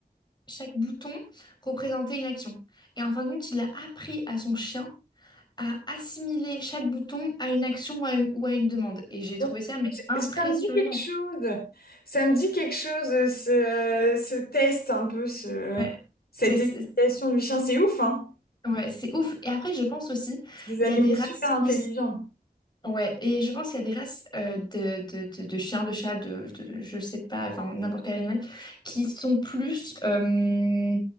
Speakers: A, on the left; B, on the left.
A: chaque bouton représentait une action. Et en fin de compte, il a appris à son chien à assimiler chaque bouton à une action ou à une, ou à une demande. Et j'ai trouvé
B: Ouais,
A: ça mais impressionnant.
B: Ça me dit quelque chose. Ça me dit quelque chose, euh, ce, euh, ce test un peu, ce,
A: Ouais.
B: cette
A: Ben, c'est
B: éducation du chien. C'est ouf, hein?
A: ouais, c'est ouf. Et après, je pense aussi,
B: C'est des
A: il
B: animaux
A: y a des races
B: super intelligents.
A: qui... s- Ouais, et je pense qu'il y a des races euh, de, de, de, de chiens, de chats, de, de- de- je sais pas, enfin n'importe quel animal, qui sont plus... euh,